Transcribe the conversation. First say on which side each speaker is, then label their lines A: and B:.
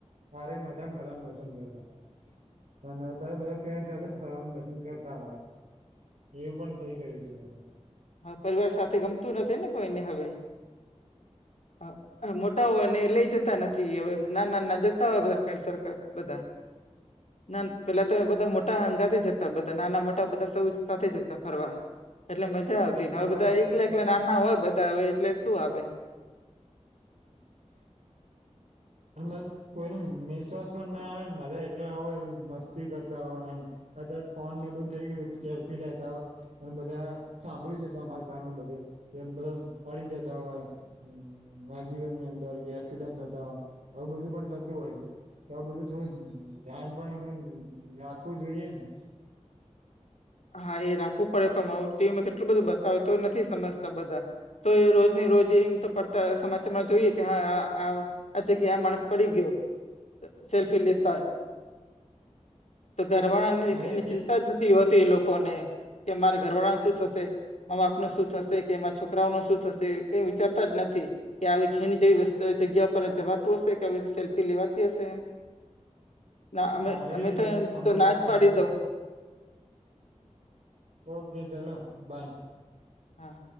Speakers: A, on the right; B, on the left.
A: માારે મધમ ફલન પસંદ કરતા- - ત્યારે બધા ફ્રેન્ડ સાથે ફરવાનું પસંદ કરતા હોય એવું પણ- - થઈ ગયું છે હવે.
B: હા પરિવાર સાથે ગમતું નથી ને કોઈને હવે હ- - હોય ને લઈ જતા નથી હવે નાના ના જતા હોય બધા ફ્રેન્ડ સર્કલ બધા- - ના પેલા તો બધા મોટા હંગાથે જતા બધા નાના મોટા બધા સૌ સાથે જતા ફરવા- - એટલે મજા આવતી ને
A: ફરવા
B: હવે બધા
A: જાય
B: એકલા
A: તો બધું
B: એકલા નાના હોય બધા હવે એટલે શું આવે.
A: <unintelligible> અને બસ કોઈ ન નિશ્વાસ પણ ના આવેને બધા એકલા હોય એ મસ્તી કરતા હોયને- - બ ફોન ને બધુ થઈ ગયું સેલ્ફી લેતા હો- - અને બધા સાંભળ્યું છે સમાચચારને બધે કે બધા પડી જતા હોય- - હમ નદીઓની અંદર એક્સિડન્ટ થતા હોય આવું બધું પણ થતું હોય છે. તો આ બધું થોડું ધ્યાન પણ એમને રાખવું જોઈએને
B: હા એ રાખવું પડે પણ ટીવીમાં કેટલું બધું બતાવે તો નથી સમજતા બધા તો એ રોજને રોજ એમ તો પડતા સમાચારમાં જોઈએ કે હા આ અચ્છા કે આ માણસ પડી ગયો સેલ્ફી લેતા હોય. તો ઘરવાળાની
A: હા એજ
B: એની
A: ને
B: ચિંતા જ નથી હોતી એ લોકો લોકોને કે મારે ઘરવાળાને શું થશે મા બાપ ન શું થશે કે છોકરાઓ ન શું થશે કઈ વિચારતા જ નથી કે આવી ખીણ જેવી વસ્તુ જગ્યા પર જવાતું હશે કે આવી સેલ્ફી લેવાતી હશે. ના અમે
A: હા એજ
B: અમે
A: ને
B: તો
A: એ બ
B: એમ
A: સમજતા
B: તો ના જ પાડી
A: નથી.
B: દઉં
A: ઓકે ચલો બાય
B: હા